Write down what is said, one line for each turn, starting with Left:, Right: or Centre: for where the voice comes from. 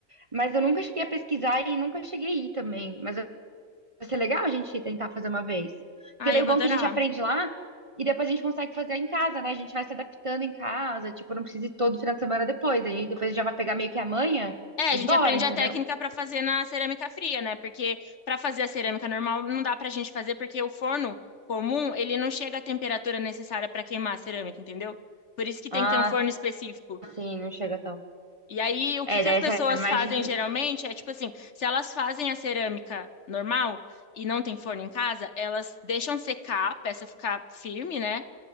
Right: Mas eu nunca cheguei a pesquisar e nunca cheguei a ir também. Mas vai ser legal a gente tentar fazer uma vez. Porque
Left: Ah,
Right: daí
Left: eu
Right: o
Left: vou
Right: bom
Left: adorar.
Right: é que a gente aprende lá e depois a gente consegue fazer em casa, né? A gente vai se adaptando em casa, tipo, não precisa ir todo final de semana depois. Aí depois a gente já vai pegar meio que amanhã
Left: É,
Right: e
Left: a gente
Right: bora,
Left: aprende
Right: entendeu?
Left: a técnica pra fazer na cerâmica fria, né? Porque pra fazer a cerâmica normal não dá pra gente fazer porque o forno comum, ele não chega à temperatura necessária pra queimar a cerâmica, entendeu? Por isso que
Right: Ah,
Left: tem que ter um forno específico.
Right: sim, não chega tão.
Left: E aí, o
Right: É,
Left: que que
Right: daí
Left: as pessoas
Right: essa é mais
Left: fazem
Right: difícil.
Left: geralmente é tipo assim, se elas fazem a cerâmica normal e não tem forno em casa, elas deixam secar a peça ficar firme, né?